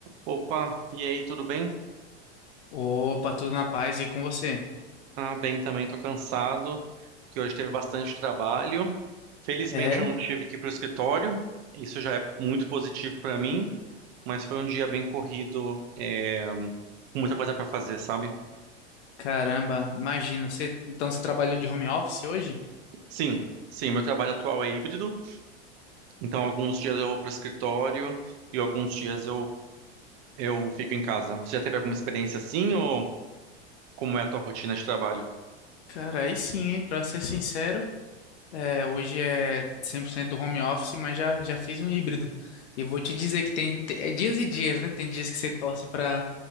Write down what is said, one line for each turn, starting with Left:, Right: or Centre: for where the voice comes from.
Right: Opa, e aí, tudo bem?
Left: Opa, tudo na paz e com você?
Right: Ah, bem também, tô cansado, que hoje teve bastante trabalho. Felizmente
Left: É?
Right: eu não tive que ir pro escritório, isso já é muito positivo para mim, mas foi um dia bem corrido, é, com muita coisa para fazer, sabe?
Left: Caramba, imagino. Você, então você trabalhou de home office hoje?
Right: Sim, sim, meu trabalho atual é híbrido, então alguns dias eu vou pro escritório e alguns dias eu, eu fico em casa. Você já teve alguma experiência assim ou como é a tua rotina de trabalho?
Left: Cara, aí sim, hein? Pra ser sincero, é, hoje é 100% home office, mas já, já fiz um híbrido. E vou te dizer que tem, te- é dias e dias, né? Tem dias que você torce pra